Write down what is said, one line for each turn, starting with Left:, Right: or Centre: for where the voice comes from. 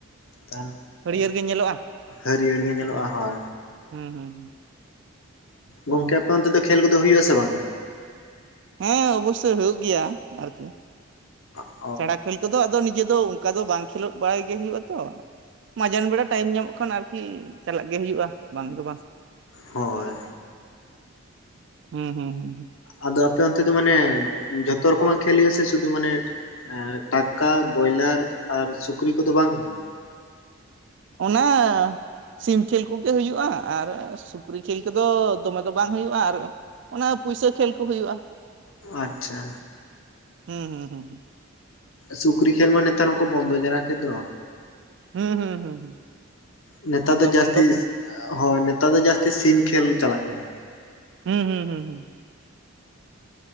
Left: ᱛᱟᱱ
Right: ᱦᱟᱹᱨᱭᱟᱹᱲ ᱜᱮ ᱧᱮᱞᱚᱜᱼᱟ
Left: ᱦᱟᱹᱨᱭᱟᱹᱲ ᱜᱮ ᱧᱮᱞᱚᱜ-ᱟ ᱦᱳᱭ
Right: ᱦᱩᱸ ᱦᱩᱸ ᱛᱚ
Left: ᱜᱚᱝᱠᱮ ᱟᱯᱮ ᱚᱱᱛᱮ ᱫᱚ ᱠᱷᱮᱞ ᱠᱚᱫᱚ ᱦᱩᱭᱩᱜ ᱟᱥᱮ ᱵᱟᱝ-ᱟ
Right: ᱦᱮᱸ ᱟᱵᱩᱥᱮᱜ ᱦᱩᱭᱩᱜ ᱜᱮᱭᱟ ᱟᱨᱠᱤ
Left: ᱚ
Right: ᱪᱟᱲᱟ ᱠᱷᱟᱰᱤ ᱠᱚᱫᱚ ᱟᱫᱚ ᱱᱤᱡᱮ ᱫᱚ ᱚᱱᱠᱟ ᱫᱚ ᱵᱟᱝ ᱠᱷᱮᱞᱳᱜ ᱵᱟᱲᱟᱭ ᱜᱮ ᱦᱩᱭᱩᱜ ᱟᱛᱚ ᱢᱟᱡᱟᱱ ᱵᱮᱲᱟ ᱴᱟᱭᱤᱢ ᱧᱟᱢᱚᱜ ᱠᱷᱟᱱ ᱟᱨᱠᱤ ᱪᱟᱞᱟᱜ ᱜᱮ ᱦᱩᱭᱩᱜ-ᱟ ᱵᱟᱝ ᱫᱚ ᱵᱟᱝ
Left: ᱦᱳᱭ
Right: ᱦᱩᱸ ᱦᱩᱸ ᱦᱩ
Left: ᱟᱫᱚ ᱟᱯᱮ ᱚᱱᱛᱮ ᱫᱚ ᱢᱟᱱᱮ ᱡᱷᱚᱛᱚ ᱨᱚᱠᱚᱢᱟᱜ ᱠᱷᱮᱞ ᱦᱩᱭᱩᱜ ᱟᱥᱮ ᱥᱩᱫᱷᱩ ᱢᱟᱱᱮ ᱴᱟᱠᱟ ᱵᱚᱭᱞᱟᱨ ᱟᱨ ᱥᱩᱠᱨᱤ ᱠᱚᱫᱚ ᱵᱟᱝ ᱠᱟᱱᱟ
Right: ᱚᱱᱟ ᱥᱤᱢ ᱠᱷᱮᱞ ᱠᱚᱜᱮ ᱦᱩᱭᱩᱜ-ᱟ ᱟᱨ ᱥᱩᱠᱨᱤ ᱠᱷᱮᱞ ᱠᱚᱫᱚ ᱫᱚᱢᱮ ᱫᱚ ᱵᱟᱝ ᱦᱩᱭᱩᱜ-ᱟ ᱟᱨ ᱚᱱᱟ ᱯᱩᱭᱥᱟᱹ ᱠᱷᱮᱞ ᱠᱚ ᱦᱩᱭᱩᱜ-ᱟ
Left: ᱟᱪᱪᱷᱟ
Right: ᱦᱩᱸ ᱦᱩᱸ ᱦᱩᱸ ᱦᱩᱸ
Left: ᱥᱩᱠᱨᱤ ᱠᱷᱮᱞ ᱢᱟ ᱱᱮᱛᱟᱨ ᱢᱟᱠᱚ ᱵᱚᱱᱫᱚ ᱡᱟᱨᱟ ᱠᱮᱫ ᱫᱚ
Right: ᱦᱩᱸ ᱦᱩᱸ ᱦᱩᱸ ᱦᱩᱸ
Left: ᱱᱮᱛᱟᱨ
Right: ᱟᱫᱚ
Left: ᱫᱚ ᱡᱟᱹᱥᱛᱤ
Right: ᱵᱚᱱᱫᱚ
Left: ᱦᱳᱭ ᱱᱮᱛᱟᱨ ᱫᱚ ᱡᱟᱹᱥᱛᱤ ᱥᱤᱢ ᱠᱷᱮᱞ ᱪᱟᱞᱟᱜ ᱠᱟᱱᱟ᱾
Right: ᱦᱩᱸ ᱦᱩᱸ ᱦᱩᱸ ᱦᱩᱸ